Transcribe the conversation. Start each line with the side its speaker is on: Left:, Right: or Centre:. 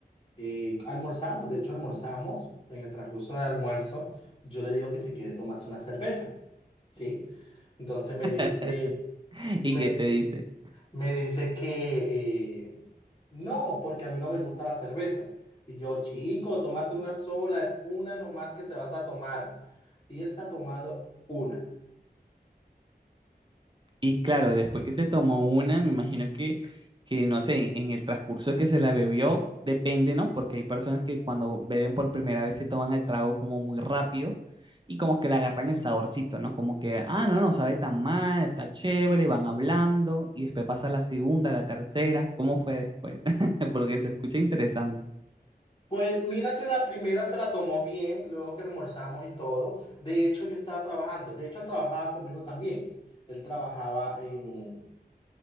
Left: y almorzamos, de hecho almorzamos, en el transcurso del almuerzo, yo le digo que si quiere tomarse una cerveza, ¿sí? Entonces me
Right: <laughs>
Left: dice, me,
Right: ¿Y qué te dice?
Left: me dice que eh, no, porque a mí no me gusta la cerveza. Y yo, chico, tómate una sola, es una nomás que te vas a tomar. Y él se ha tomado una.
Right: Y claro, después que se tomó una, me imagino que, que no sé, en, el transcurso que se la bebió, depende, ¿no? Porque hay personas que cuando beben por primera vez se toman el trago como muy rápido y como que le agarran el saborcito, ¿no? Como que, ah, no, no sabe tan mal, está chévere, van hablando y después pasa la segunda, la tercera, ¿cómo fue después? <laughs> Porque se escucha interesante.
Left: Pues mira que la primera se la tomó bien, luego que almorzamos y todo. De hecho, yo estaba trabajando, de hecho, él trabajaba conmigo también. Él trabajaba en